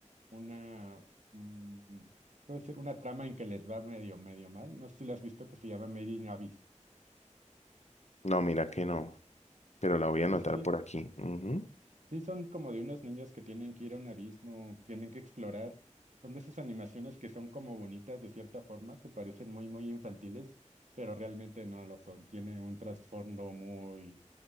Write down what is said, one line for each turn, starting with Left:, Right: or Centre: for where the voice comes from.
Right: una, mm, puedo decir, una trama en que les va medio, medio mal. No sé si lo has visto que se llama Made in Abyss.
Left: No, mira que no, pero la voy a anotar
Right: Sí, sí, sí.
Left: por aquí. Ujú.
Right: Sí, son como de unos niños que tienen que ir a un abismo, tienen que explorar. Son de esas animaciones que son como bonitas de cierta forma, que parecen muy, muy infantiles pero realmente no lo son. Tiene un trasfondo muy